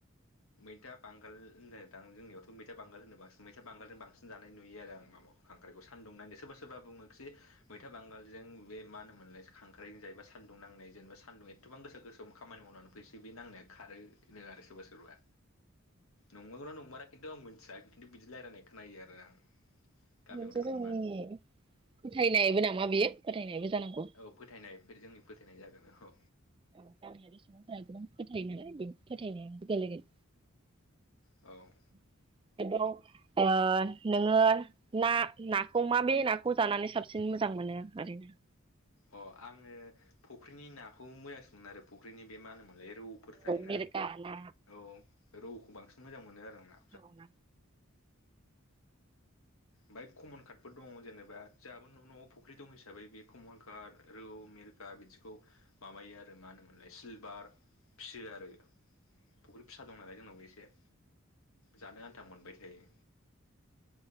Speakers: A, on the left; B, on the right.
A: मैथा बांगाल होननाय दां जोंनियावथ मैथा बांगाल होनो बांसिन मैथा बांगालजों बांसिन जानाय नुयो आरो आं माबाखौ खांख्राइखौ सानदुंनानै सोरबा सोरबा बुङोखि मैथा बांगालजों बे मा होनो मोनलाय खांख्राइजों जायोबा सान्दुं नाय जेनेबा सानुं एथबां गोसा गोसोम खामानि मावनानै फैसै बे नांनाय खारो होनो आरो सोरबा सोरबा नंगौना नंमारा खिन्थु आं मोन्थिया खिन्थु बिदि रायलायनाय खोनायो आरो आं गामियाव
B: मोनसे
A: थांबा
B: जोंनि फोथायनायबो नामा बियो फोथायनायबो जानांगौ
A: औ फोथायनायफोर जोंनि फोथायनाय जागोन औ
B: औ गामियारि सुबुंफोरा गोबां फोथायो नालाय बे फोथायनाया गोलैगोन
A: औ
B: <unintelligible> ओ नोङो ना नाखौ माबे नाखौ जानानै साबसिन मोजां मोनो ओरैनो?
A: अ आङो फुख्रिनि नाखौ मोजांसोमोन आरो फुख्रिनि बे मा होनोमोनलाय रौ फोर थायोना
B: मिरगा ना
A: औ रौखौ बांसिन मोजां मोनो आरो आं ना
B: रौ ना
A: बाय कमन कार्डबो दंङ जेनेबा जोहाबो नआव फख ख्रि दं हिसाबै बे कमलकाट रौ मिरगा बिदिखौ माबायो आरो मा होनोमोनलाय सिलभार फियो आरो फुख्रि फिसा दं नालाय जोंनावबो एसे जानो आन्था मोनबाय थायो